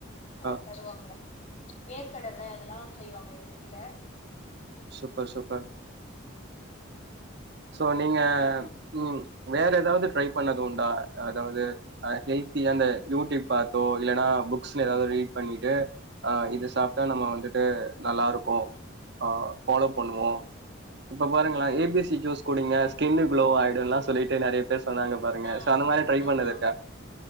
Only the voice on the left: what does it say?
அது
தருவாங்க வேர்க்கடல அதெல்லா செய்வாங்க எங் வீட்ல
ஆ
ஆமா